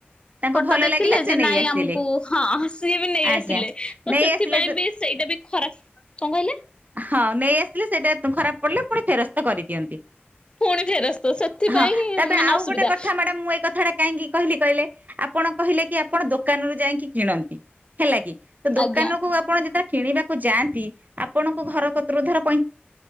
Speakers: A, on the right (about 45°); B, on the left (about 25°).
A: ତାଙ୍କୁ
B: ଫଟ
A: ଭଲ
B: ଦେଖିଲେ
A: ଲାଗିଲା
B: ଯେ
A: ସେ ନେଇ
B: ନାଇଁ
A: ଆସିଲେ
B: ଆମକୁ ହଁ ସିଏ ବି ନେଇ
A: ଆଜ୍ଞା
B: ଆସିଲେ ତ
A: ନେଇ
B: ସେଥିପାଇଁ
A: ଆସିଲେ
B: ବି। ସେଇଟା ବି ଖରାପ କଣ କହିଲେ।
A: ହଁ ନେଇ ଆସିଲେ ସେଇଟା ଖରାପ ପଡ଼ିଲେ ପୁଣି ଫେରସ୍ତ କରିଦିଅନ୍ତି।
B: ପୁଣି ଫେରସ୍ତ ସେଥିପାଇଁ
A: ହଁ ତାପରେ
B: ମାନେ
A: ଆଉ
B: ଅସୁବିଧା
A: ଗୋଟେ କଥା ମ୍ୟାଡାମ୍ ମୁଁ ଏଇ କଥା ଟା। କାହିଁକି କହିଲି କହିଲେ ଆପଣ କହିଲେ କି ଆପଣ ଦୋକାନରୁୁ ଯାଇକି କିଣନ୍ତି ହେଲାକି। ତ ଦୋକାନ
B: ଆଜ୍ଞା
A: କୁ ଆପଣ ଯେତେବେଳେ କିଣିବାକୁ ଯାଆନ୍ତି ଆପଣଙ୍କୁ ଘର କତିରୁ ଧର ପଇ।